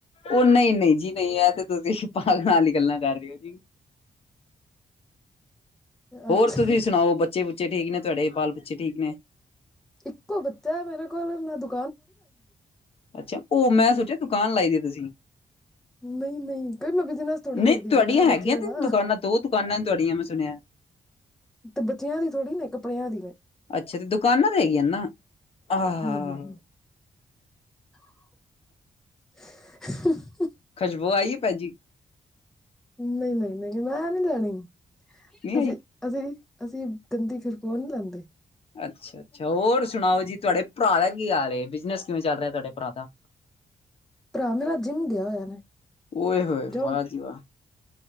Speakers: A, on the left; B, in the centre.
A: ਉਹ ਨਹੀਂ ਨਹੀਂ ਜੀ ਨਹੀਂ ਇਹ ਤੇ ਤੁਸੀਂ ਪਾਗ ਨਾਲ ਹੀ ਗੱਲਾਂ ਕਰ ਰਹੇ ਹੋ ਜੀ ਹੋਰ
B: ਅੱਛਾ
A: ਤੁਸੀਂ ਸੁਣਾਓ ਬੱਚੇ ਬੱਚੇ ਠੀਕ ਨੇ ਤੁਹਾਡੇ ਬਾਲ ਬੱਚੇ ਠੀਕ ਨੇ
B: ਇੱਕੋ ਬੱਚਾ ਮੇਰੇ ਕੋਲ ਇੰਨਾ ਦੁੱਖ
A: ਅੱਛਾ ਉਹ ਮੈਂ ਸੋਚਿਆ ਦੁਕਾਨ ਲਾਈ ਦੀ ਤੁਸੀਂ
B: ਨਹੀਂ ਨਹੀਂ ਕਈ ਮੈਂ ਬਿਜਨਸ ਥੋੜ੍ਹੀ
A: ਨਹੀਂ
B: ਕਰਦੀ
A: ਤੁਹਾਡੀਆਂ
B: ਪਈ ਹ ਬੱਚਿਆਂ
A: ਹੈਗੀਆਂ ਤੇ
B: ਦਾ
A: ਦੁਕਾਨਾਂ ਦੋ ਦੁਕਾਨਾਂ ਨੇ ਤੁਹਾਡੀਆਂ ਮੈਂ ਸੁਣਿਆ
B: ਤੇ ਬੱਚਿਆਂ ਦੀ ਥੋੜ੍ਹੀ ਨੇ ਕੱਪੜਿਆਂ ਦੀ
A: ਅੱਛਾ ਤੇ ਦੁਕਾਨਾਂ ਤੇ ਆਈ ਆ ਨਾ ਆਹ
B: ਹਮ <inaudible>
A: ਖੁਸ਼ਬੂ ਆਈ ਹੈ ਭੈ ਜੀ
B: ਨਹੀਂ ਨਹੀਂ ਨਹੀਂ ਮੈਂ ਨਹੀਂ ਲੈਣੀ
A: ਨਹੀਂ
B: ਅਸੀਂ
A: ਆਈ
B: ਅਸੀਂ ਅਸੀਂ ਗੰਦੀਿਰ ਕਣ ਜਾਂਦੇ
A: ਅੱਛਾ ਅੱਛਾ ਹੋਰ ਸੁਣਾਓ ਜੀ ਤੁਹਾਡੇ ਭਰਾ ਦਾ ਕੀ ਹਾਲ ਹੈ ਬਿਜਨਸ ਕਿਵੇਂ ਚੱਲ ਰਿਹਾ ਤੁਹਾਡੇ ਭਰਾ ਦਾ
B: ਭਰਾ ਮੇਰਾ ਜਿੰਮ ਗਿਆ ਹੋਇਆ ਨੇ
A: ਓਏ ਹੋਏ
B: ਜਾਓ
A: ਬ ਜਵਾ